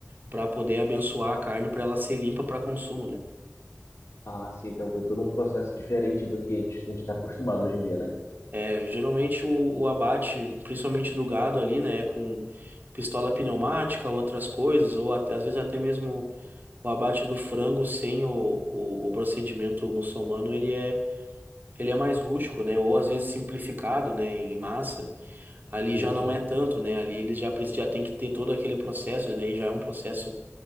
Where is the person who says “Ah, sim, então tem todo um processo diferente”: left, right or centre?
Left